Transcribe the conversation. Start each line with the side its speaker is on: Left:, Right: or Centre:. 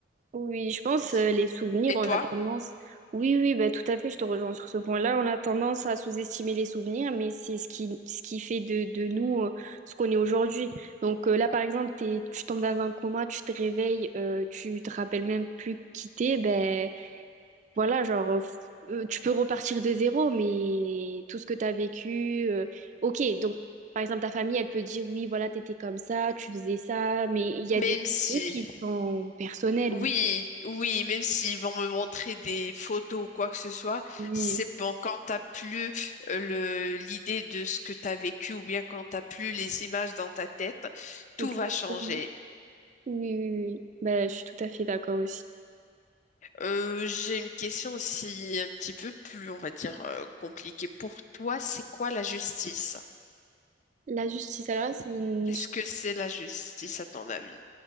Right: Oui, je pense
Left: c'est sûr.
Right: euh, les souvenirs,
Left: Et
Right: on
Left: toi?
Right: a tendance. Oui, oui, bah, tout à fait, je te rejoins sur ce point-là. On a tendance à sous-estimer les souvenirs, mais c'est ce qui, ce qui fait de, de nous euh, ce qu'on est aujourd'hui. Donc euh, là, par exemple, t'es, tu tombes dans un coma, tu te réveilles, euh, tu te rappelles même plus qui t'es, ben Voilà, genre, euh, f- euh, tu peux repartir de zéro, mais tout ce que tu as vécu, euh, ok, donc par exemple, ta famille, elle peut dire, oui, voilà, t'étais comme ça, tu faisais ça, mais il y a
Left: Même
Right: des souvenirs
Left: si.
Right: qui sont personnels.
Left: Oui, oui, même s'ils vont me montrer des photos ou quoi que ce soit,
Right: Oui,
Left: c'est bon, quand t'as plus euh, le, l'idée de ce que t'as vécu ou bien quand t'as plus les images dans ta tête, tout
Right: exactement.
Left: va changer.
Right: Oui, oui, oui. oui, oui. Bah, je suis tout à fait d'accord aussi.
Left: Euh, j'ai une question aussi un petit peu plus, on va dire, euh, compliquée. Pour toi, c'est quoi la justice?
Right: La justice, alors là, c'est une...
Left: Qu'est-ce que c'est la justice à ton avis?